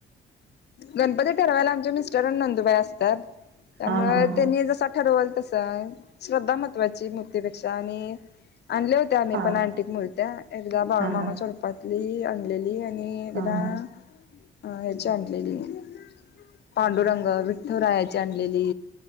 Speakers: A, on the left; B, on the right.
A: गणपती ठरवायला आमचे मिस्टर आणि नंदुबाई असतात त्यामुळे
B: हा हा हा
A: त्यांनी जसा ठरवल तसं आहे श्रद्धा महत्त्वाची मूर्तीपेक्षा आणि आणले होते आम्ही
B: हा
A: पण आंटीत मुलत्या एकदा बाळूमामा
B: हा हा
A: चलपात मी आणलेली आहे मी एकदा
B: हा हा
A: <inaudible> अ <unintelligible>
B: हा
A: पांडू
B: हा
A: रंग वि विठुराया ची आणलेली